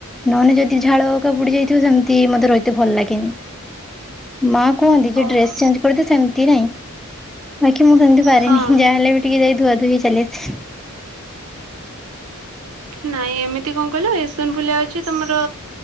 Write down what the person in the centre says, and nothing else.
ନହେଲେ ଯଦି ଝାଳକା ବୁଡି ଯାଇଥିବ ସେମିତି ମତେ ରହିତେ ଭଲ ଲାଗେନି।
ମା କୁହନ୍ତି ଯେ
ଡ୍ରେସ ଚେଞ୍ଜକରିଦେ ସେମତି ନଁ ବାକି ମୁଁ ସେମତି ପାରିନି
ଯାହା ହେଲେ ବି ଯାଇ ଧୁଆ ଧୁଇ ଚାଲିଆସେ।